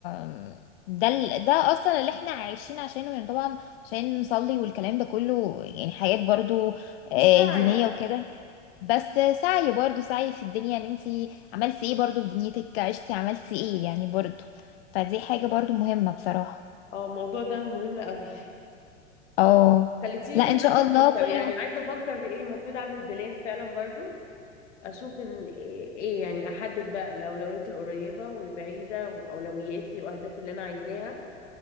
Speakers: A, on the left; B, on the left.
A: آم، ده ال- ده اصلا اللي احنا عايشين عشانه يعني طبعا عشان نصلي والكلام ده كله يعني حاجات برضو
B: والسعي
A: آه دينية وكده بس سعي برضو سعي في الدنيا ان انتي عملتي ايه برضو في دنيتك عشتي عملتي ايه يعني برضو فدي حاجة برضو مهمة بصراحة
B: اه الموضوع ده مهم قوي
A: اه
B: خليتيني
A: لا ان
B: دلوقتي
A: شاء الله
B: افكر
A: كل
B: يعني عايزة افكر في ايه المفروض اعمل بلان فعلا برضو اشوف ان ايه يعني احدد بقى الاولويات القريبه والبعيده واولوياتي واهدافي اللي انا عايزاها